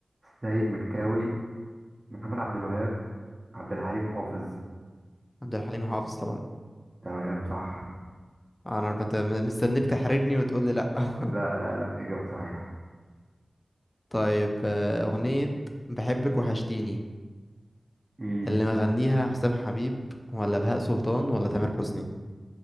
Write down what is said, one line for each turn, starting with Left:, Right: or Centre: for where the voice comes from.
Right: سيد مكاوي محمد عبد الوهاب عبد الحليم حافظ
Left: عبد الحليم حافظ طبعا
Right: تمام صح
Left: انا كنت مستنيك تحرجني وتقول لي لا <laughs>
Right: لا لا لا إجابة صحيحة
Left: طيب آه، أغنية بحبك وحشتيني
Right: امم
Left: اللي مغنيها حسام حبيب ولا بهاء سلطان ولا تامر حسني